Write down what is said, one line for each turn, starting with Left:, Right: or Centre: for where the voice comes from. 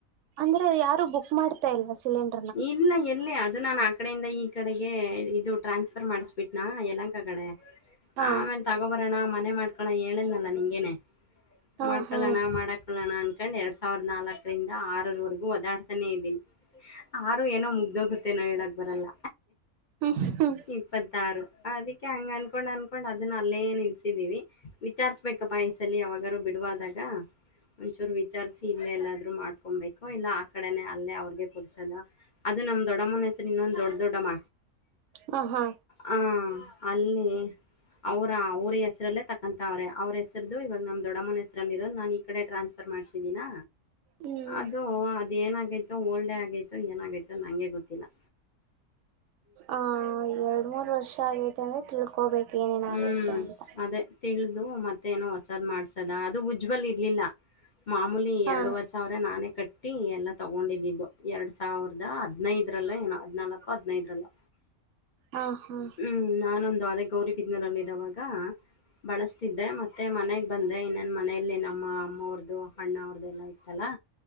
Right: ಅಂದ್ರೆ ಯಾರು ಬುಕ್ ಮಾಡ್ತಾ ಇಲ್ವಾ ಸಿಲಿಂಡ್.
Left: ಇಲ್ಲಾ ಎಲ್ಲಿ ಅದು ನಾನು ಆ ಕಡೆಯಿಂದ ಈ ಕಡೆಗೆ. ಇದು ಟ್ರಾನ್ಸ್ಫರ್ ಮಾಡಿಸ್ಬಿಟ್ನಾ ಯಲಹಂಕ ಕಡೆ
Right: ಹಾ
Left: ಆಮೇಲೆ ತಗೋಬರಣಾ. ಮನೆ ಮಾಡ್ಕೊಳ್ಳೋ ಹೇಳುದ್ನಲ್ಲ ನಿಮ್ಗೆನೇ
Right: ಹಾ
Left: ಮಾಡ್ಕಳ್ಳಣ
Right: ಹಾ
Left: ಮಾಡಾಕಳ್ಳಣ ಅನ್ಕೊಂಡ್ ಎರಡ್ ಸ. ಸಾವಿರದ ನಾಲ್ಕರಿಂದ ಆರರವರೆಗೂ ಓದಾಡ್ತಾನೆ ಇದ್ದೀನಿ. ಆರು ಏನೋ ಮುಗ್ದೋಗುತ್ತೆನೋ ಹೇಳಕ್ಕ ಬರಲ್ಲ
Right: ಹ್ಮ್ ಹ್ಮ್
Left: ಇಪ್ಪತ್ತಾರು. ಅದಿಕೆ ಹಂಗ ಅನ್ಕೊಂಡ್ ಅನ್ಕೊಂಡ್ ಅದನ್ನ ಅಲ್ಲೇ ನಿಲ್ಸಿದೀವಿ ವಿಚಾರಸ ಬೆಕಪ್ಪ ಈಸ. ದಲ್ಲಿ ಯಾವಾಗಾರು ಬಿಡುವಾದಾಗ ಒಂಚೂರ್ ವಿಚಾರಿಸಿ ಇಲ್ಲೆ ಎಲ್ಲಾದ್ರು ಮಾಡ್ಕ್. ಕೋಂಬೇಕು ಇಲ್ಲಾ ಆ ಕಡೆನೆ ಅಲ್ಲೇ ಅವ್ರಿಗೆ ಕುಡ್ಸೋದು. ಅದು ನಮ್ ದೊಡಮ್ಮನ್ ಹೆಸರು ಇನ್ನೊಂದ್ ದೊಡ್ಡ ದೊಡ್ಡಮ್ಮ
Right: ಹ ಹಾ
Left: ಹಾ. ಅಲ್ಲಿ. ಅವ್ರ ಅವ್ರ ಹೆಸರಲ್ಲೇ ತಕ್ಕಂತವ್ರೇ ಅವ್ರ ಹೆಸರದು ಇವಾಗ ನಮ್ ದೊಡಮ್ಮನ ಹೆಸರಲ್ಲಿ ಇರೋದು ನಾನ್ ಈ ಕಡೆ ಟ್ರಾನ್ಸ್ಫರ್. ಮಾಡ್ಸಿದಿನಾ
Right: ಹ್ಮ್
Left: ಅದು ಅದೇನಾಗೈತೋ ಓಲ್ಡ್ ಆಗೈತ. ಏನಾಗೈತೋ ನಂಗೆ ಗೊತ್ತಿಲ್ಲಾ.
Right: ಆ ಎರಡ್ ಮೂರ್ ವರ್ಷ ಆಗೈತೆ ಅಂದ್ರೆ ತಿಳ್ಕೋಬೇಕ. ಏನೇನ್
Left: ಹ್ಮ್
Right: ಆಗೈತೆ ಅಂತ
Left: ಅದೇ ತಿಳಿದು ಮತ್ತೆ. ಮತ್ತೆನೋ ಹೊಸಾದ್ ಮಾಡ್ಸದಾ ಅದು ಉಜ್ವಲ್ ಇರ್ಲಿಲ್ಲ ಮಾಮೂಲಿ
Right: ಹಾ
Left: ಎರಡುವರೆ ಸಾವ್ರಾ ನಾನೇ ಕಟ್ಟಿ. ಟ್ಟಿ ಎಲ್ಲಾ ತಗೊಂಡಿದ್ದಿದ್ದು ಎರಡ್ ಸಾವಿರದಾ ಹದ್ನೈದರಲ್ಲೊ ಏನೋ ಹದಿನಾಲ್ಕ ಹದಿನೈದರಲ್ಲೊ.
Right: ಹಾ ಹಾ
Left: ಹ್ಮ್ ನಾನೊಂದು ಅದೇ ಗೌರಿ. ಇದ್ನೂರಲ್ಲಿ ಇರವಾಗ ಬಳಸ್ತಿದ್ದೆ ಮತ್ತೆ ಮನೆಗ್ ಬಂದೆ ಇನ್ನೇನ್ ಮನೆಯಲ್ಲಿ ನಮ್ಮ. ಅವ್ರದು ಅಣ್ಣಾ ಅವ್ರ್ದುಲ್ಲಾ ಇತ್ತಲ್ಲಾ.